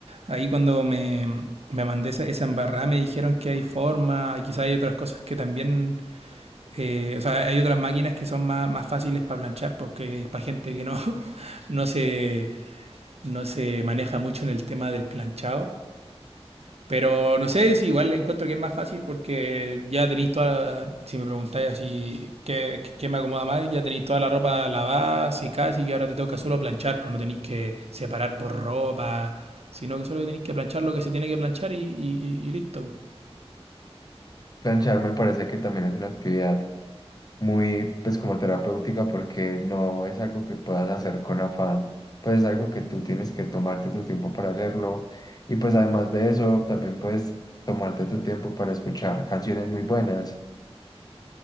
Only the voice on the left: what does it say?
Planchar me parece que también es una actividad. muy, pues como terapéutica porque no es algo que puedas hacer con afán, pues es algo que tú tienes que tomarte tu tiempo para hacerlo y pues además de eso también puedes tomarte tu tiempo para escuchar canciones muy buenas.